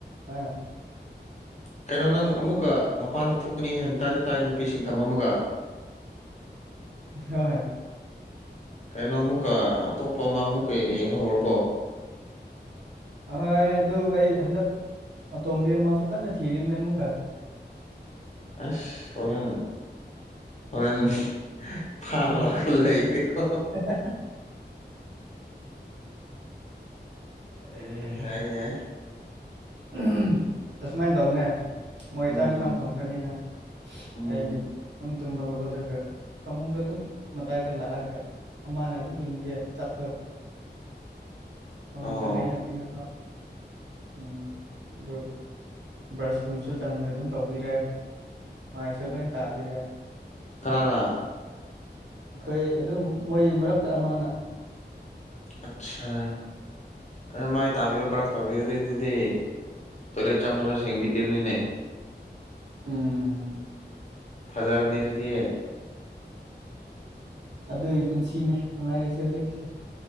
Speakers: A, on the right; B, on the left.
A: <unintelligible>
B: ꯀꯩꯅꯣ ꯅꯪ ꯑꯃꯨꯛꯀ ꯃꯄꯥꯟꯗ ꯊꯣꯛꯀꯅꯤ ꯍꯥꯏꯅ ꯇꯥꯗꯤ ꯇꯥꯏ ꯅꯨꯄꯤꯁꯤꯡ ꯊꯃꯝꯃꯒ
A: ꯍꯣꯏ
B: ꯀꯩꯅꯣ ꯑꯃꯨꯛꯀ ꯑꯇꯣꯞꯄ ꯑꯃ ꯑꯃꯨꯛꯀ ꯌꯦꯡꯕ ꯍꯧꯔꯕꯣ
A: ꯍꯣꯏ ꯑꯗꯨ ꯑꯩ ꯍꯟꯗꯛ ꯑꯇꯣꯝꯕꯤ ꯑꯃꯁꯨ ꯀꯟꯅ ꯊꯤꯔꯤꯕꯅꯦ ꯑꯃꯨꯛꯀ
B: ꯑꯁ <inaudible> <unintelligible> ꯍꯣꯔꯦꯟ ꯐꯥꯕꯥ ꯂꯥꯛꯀꯅꯤꯀꯣ <inaudible>
A: <unintelligible> <inaudible> ꯑꯍꯝ
B: ꯌꯥꯏ ꯌꯥꯏ
A: <unintelligible> <inaudible> ꯑꯁꯨꯃꯥꯏꯅ ꯇꯧꯅꯦ ꯃꯣꯏ
B: ꯎꯝ
A: ꯆꯥꯛ ꯏꯟꯁꯥꯡ ꯊꯣꯡꯈ꯭ꯔꯅꯤꯅ
B: ꯎꯝ
A: ꯑꯩ ꯑꯗꯨꯝ ꯇꯨꯝꯕ ꯍꯧꯒꯠꯂꯒ ꯐꯃꯨꯡꯗ ꯑꯗꯨꯝ ꯃꯇꯥꯏꯗ ꯂꯥꯛꯑꯒ ꯑꯃꯅ ꯑꯗꯨꯝ ꯏꯟꯕꯤꯌꯦ ꯆꯥꯛꯇꯣ ꯐꯃꯨꯡꯗ
B: ꯑꯣ
A: ꯂꯩꯅ ꯂꯩꯅ ꯀꯣ ꯎꯝ ꯑꯗꯨ ꯕ꯭ꯔꯁꯀꯨꯝꯕꯁꯨ ꯆꯪꯉꯒ ꯑꯗꯨꯝ ꯇꯧꯕꯤꯔꯦ ꯃꯥꯏꯁꯨ ꯂꯣꯏ ꯇꯥꯕꯤꯔꯦ
B: ꯀꯅꯥꯅꯥ
A: ꯑꯩꯈꯣꯏ ꯑꯗꯨꯝ ꯃꯣꯏ ꯃꯔꯛꯇ ꯑꯃꯅ
B: ꯑꯁꯁꯥ ꯑꯗꯨꯃꯥꯏ ꯇꯥꯕꯤꯕ ꯕ꯭ꯔꯁ ꯇꯧꯕꯤꯔꯗꯤ ꯑꯗꯨꯗꯤ ꯇꯣꯏꯂꯦꯠ ꯆꯪꯕꯁꯨ ꯁꯦꯡꯕꯤꯔꯅꯤꯅꯦ
A: ꯎꯝ
B: ꯐꯖꯔꯅꯤ ꯑꯗꯨꯗꯤ
A: ꯑꯗꯨꯒꯤ ꯄꯨꯟꯁꯤꯅꯦ ꯅꯨꯡꯉꯥꯏꯔꯤꯁꯦ ꯍꯧꯖꯤꯛꯁꯦ